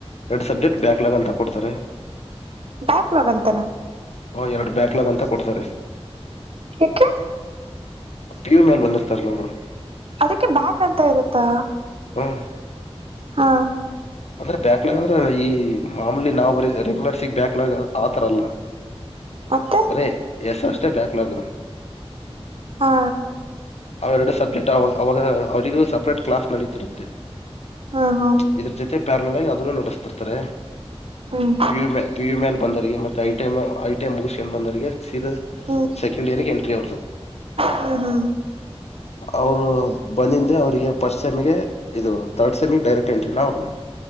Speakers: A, on the left; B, on the right.
A: ಎರಡು ಸಬ್ಜೆಕ್ಟ್ ಬ್ಯಾಕ್ಲಾಗ್ ಅಂತ ಕೊಡ್ತಾರೆ.
B: ಬ್ಯಾಕ್ಲಾಗ್ ಅಂತಾನ.
A: ಹಾಂ ಎರಡು ಬ್ಯಾಕ್ಲಾಗ್ ಅಂತ ಕೊಡ್ತಾರೆ.
B: ಯಾಕೆ.
A: ಪಿ ಯು ಮೇಲೆ ಬಂದಿರ್ತಾರೆ ನೋಡ್ರಿ
B: ಅದಕ್ಕೆ ಬ್ಯಾಕ್ ಅಂತ ಇರುತ್ತಾ
A: ಹ್ಮ್
B: ಹಾ
A: ಅಂದ್ರೆ ಬ್ಯಾಕ್ಲಾಗ್ ಅಂದ್ರೆ ಈ ಮಾಮೂಲಿ ನಾವ್ ಬರೀ ರೆಗ್ಯುಲರ್ಸಿಗ್ ಬ್ಯಾಕ್ಲಾಗ್ ಆತರ ಆಲ್ಲ
B: ಮತ್ತೆ
A: ಬರೀ ಎಸ ಅಷ್ಟೇ ಬ್ಯಾಕ್ಲಾಗು
B: ಹಾ
A: ಅವ ಎರಡು ಸಬ್ಜೆಕ್ಟ್ ಅವಾಗ ಅವಾಗ ಅವರಿಗೂ ಸಪ್ರಟ್ ಕ್ಲಾಸ್ ನಡೀತಿರುತ್ತೆ.
B: ಹಾ ಹಾ
A: ಇದ್ರ ಜೊತೆ ಪ್ಯಾರ್ನಲ್ ಆಗಿ ಅದನ್ನು ನಡೆಸ್ತಿರ್ತಾರೆ.
B: ಹ್ಮ್
A: ಪಿ ಯು ಮೇಲೆ ಬಂದರಗೆ ಐಟ ಐಟ ಮುಗಿಸಿ ಬಂದರ್ಗೆ ಸೀದಾ
B: ಹ್ಮ
A: ಇಂಡ <unintelligible> ಎಂಟ್ರಿಅವರ್ದು
B: ಹಹೌದು
A: ಅವರು ಬಂದಿಂದೆ ಅವ್ರಿಗೆ ಫಸ್ಟ್ ಸೆಮಿಗೆ ಇದು ತರ್ಡ್ ಸೆಮಿಗೆ ಡೈರೆಕ್ಟ್ ಎಂಟ್ರಿನ ಅವ್ರ